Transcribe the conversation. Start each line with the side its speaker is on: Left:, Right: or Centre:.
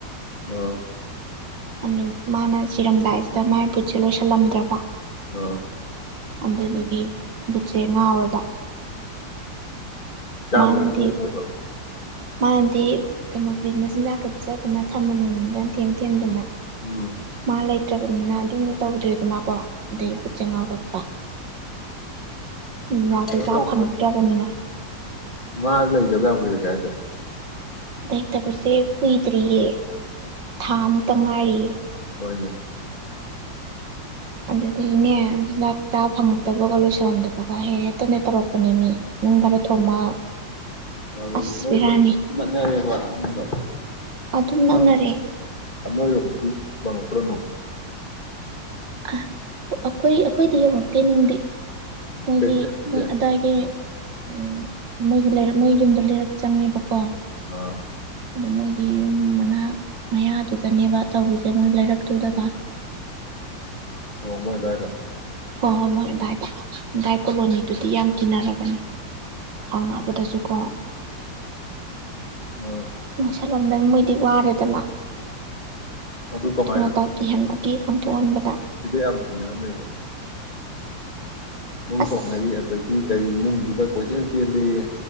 Left: ꯑꯥ
Right: ꯑꯗꯨꯝ ꯃꯥꯅ ꯁꯤꯔꯝꯗꯥꯏꯁꯤꯗ ꯃꯥꯒꯤ ꯕꯨꯠꯁꯦ ꯂꯣꯏꯁꯤꯜꯂꯝꯗ꯭ꯔꯕ
Left: ꯑ
Right: ꯑꯗꯨꯗꯨꯒꯤ ꯕꯨꯠꯁꯦ ꯉꯥꯎꯔꯕ
Left: ꯀꯌꯥꯝ
Right: ꯃꯥꯅꯗꯤ
Left: ꯀꯨꯏꯔꯒꯦ ꯍꯧꯖꯤꯛꯁꯤꯕꯣ
Right: ꯃꯥꯅꯗꯤ ꯀꯩꯅꯣ ꯕꯤꯅꯦꯁ ꯆꯤꯟꯖꯥꯛꯀ ꯄꯤꯖꯗꯅ ꯊꯝꯃꯝꯃꯤꯅꯤꯗꯅ ꯊꯦꯝ ꯊꯦꯝꯗꯅ
Left: ꯎꯝ
Right: ꯃꯥ ꯂꯩꯇ꯭ꯔꯕꯅꯤꯅ ꯑꯗꯨꯝꯅ ꯇꯧꯗ꯭ꯔꯦꯗꯅꯀꯣ ꯑꯗꯒꯤ
Left: ꯑꯣ
Right: ꯕꯨꯠ ꯁꯦ ꯉꯥꯎꯔꯛꯄ ꯌꯦꯖꯥꯛꯇꯨ
Left: ꯀꯩꯅꯣ
Right: ꯆꯥ
Left: ꯇꯧ
Right: ꯐꯪꯉꯛꯇ꯭ꯔꯕꯅꯤꯅ
Left: ꯃꯥ ꯂꯩꯇꯕ ꯌꯥꯝꯀꯨꯏꯔꯒꯦ ꯍꯥꯏꯁꯦ
Right: ꯂꯩꯇꯕꯁꯦ ꯀꯨꯏꯗ꯭ꯔꯤꯌꯦ ꯊꯥꯃꯛꯇ ꯉꯥꯏꯔꯤꯌꯦ
Left: ꯍꯣꯏꯅꯦ
Right: ꯑꯗꯨꯗꯩꯅꯦ ꯆꯤꯟꯖꯥꯛ ꯆꯥꯕ ꯐꯪꯉꯛꯇꯕꯒ ꯂꯣꯏꯁꯤꯜꯍꯟꯗꯕꯒ ꯍꯦꯛꯇꯅꯦ ꯇꯧꯔꯛꯄꯅꯤ ꯃꯤ ꯅꯨꯡ ꯈꯔ ꯊꯣꯝꯃꯛ
Left: ꯑꯗꯨ
Right: ꯑꯁ
Left: ꯅꯣꯏꯒ
Right: ꯕꯤꯔꯥꯅꯤ
Left: ꯅꯛꯅꯔꯦꯕ ꯑꯍꯟꯗꯣ
Right: ꯑꯗꯨꯝ ꯅꯛꯅꯔ ꯔꯦ
Left: ꯑꯟꯅꯣꯂꯣ ꯃꯛꯇꯤ ꯋꯥ ꯄꯨꯔꯅꯣ
Right: ꯑ ꯑꯩꯈꯣꯏ ꯑꯩꯈꯣꯏꯗꯤ ꯌꯧꯔꯛꯇꯦ ꯅꯨꯡꯗꯤ ꯃꯣꯏꯒꯤ
Left: ꯀꯩꯁꯦ
Right: ꯃꯣꯏ ꯑꯗꯥꯏꯒꯤ ꯎꯝ ꯃꯣꯏꯒ ꯂꯩꯔ ꯃꯣꯏ ꯌꯨꯝꯗꯣ ꯂꯩꯔꯛ ꯆꯪꯉꯦꯕꯀꯣ
Left: ꯑꯥ
Right: ꯑ ꯃꯣꯏꯒꯤ ꯌꯨꯝ ꯃꯅꯥꯛ ꯃꯌꯥꯗꯨꯗꯅꯦꯕ ꯇꯧꯔꯤꯁꯦ ꯃꯣꯏ ꯂꯩꯔꯛꯇꯨꯗꯒ
Left: ꯑꯣ ꯃꯣꯏ ꯑꯗꯨꯋꯥꯏꯗ
Right: ꯍꯣꯏ ꯍꯣꯏ ꯃꯣꯏ ꯗꯥꯏꯗꯥꯏ ꯀꯣꯂꯣꯅꯤꯗꯨꯗꯤ ꯌꯥꯝ ꯀꯤꯅꯔꯒꯅꯤ ꯁꯥꯎꯅꯔꯄꯗꯁꯨꯀꯣ
Left: ꯑ
Right: ꯃꯣꯏꯁꯛꯂꯝꯗꯅꯤ ꯃꯣꯏꯗꯤ ꯋꯥꯔꯦꯗꯅ
Left: ꯑꯗꯨ ꯀꯃꯥꯏꯅ
Right: ꯑꯗꯨꯅ ꯇꯧ ꯀꯤꯍꯟꯕ ꯑꯀꯤ ꯈꯪꯊꯣꯛꯍꯟꯕꯗ
Left: ꯇꯧꯗ ꯌꯥꯝ ꯊꯦꯡꯅꯔꯝꯃꯦꯕ ꯅꯨꯡ
Right: ꯑꯁ
Left: ꯊꯣꯡꯉꯩ ꯑꯗꯒꯤ ꯀꯔꯤ ꯏꯃꯨꯡꯁꯤꯗ ꯀꯣꯏꯆꯦꯜ ꯆꯦꯜꯂꯤꯦ